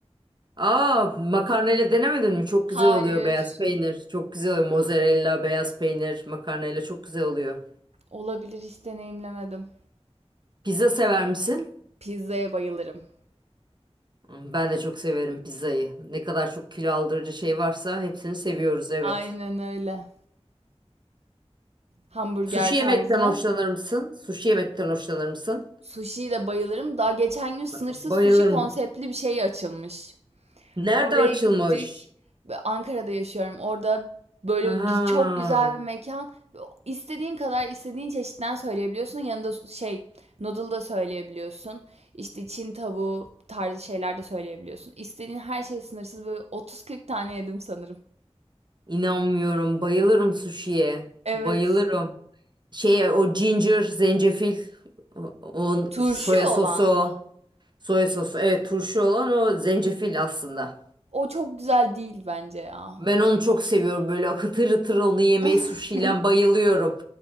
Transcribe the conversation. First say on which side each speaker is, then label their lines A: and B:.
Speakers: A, on the right; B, on the right.
A: Aa, makarnayla denemedin mi? Çok
B: Hayır.
A: güzel oluyor beyaz peynir. Çok güzel oluyor. Mozzarella, beyaz peynir, makarnayla çok güzel oluyor.
B: Olabilir hiç deneyimlemedim.
A: Pizza sever misin?
B: Pizzaya bayılırım.
A: Hmm, Ben de çok severim pizzayı. Ne kadar çok kilo aldırıcı şey varsa hepsini seviyoruz, evet.
B: Aynen öyle. Hamburger
A: Sushi
B: tarzı.
A: yemekten hoşlanır mısın? Sushi yemekten hoşlanır mısın?
B: Sushi'ye de bayılırım. Daha geçen gün sınırsız
A: Bayılırım.
B: sushi konseptli bir şey açılmış.
A: Nerede
B: Oraya
A: açılmış?
B: gittik. Ve Ankara'da yaşıyorum. Orada böyle
A: Ha.
B: gü- çok güzel bir mekan. İstediğin kadar istediğin çeşitten söyleyebiliyorsun. Yanında şey noodle da söyleyebiliyorsun. İşte Çin tavuğu tarzı şeyler de söyleyebiliyorsun. İstediğin her şey sınırsız. Böyle 30-40 tane yedim sanırım.
A: İnanmıyorum. Bayılırım suşiye.
B: Evet.
A: Bayılırım. Şey o ginger, zencefil, o, o
B: Turşu
A: soya
B: olan
A: sosu,
B: mı?
A: soya sosu. Evet turşu olan o zencefil aslında.
B: O çok güzel değil bence ya.
A: Ben onu çok seviyorum. Böyle hıtır hıtır onu yemeyi
B: <laughs>
A: suşiyle bayılıyorum.